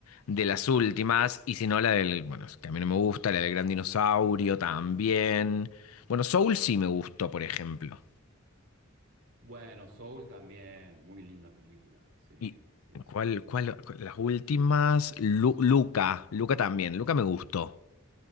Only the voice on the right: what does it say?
Bueno, Soul también, muy linda película. Sí,
sí, sí.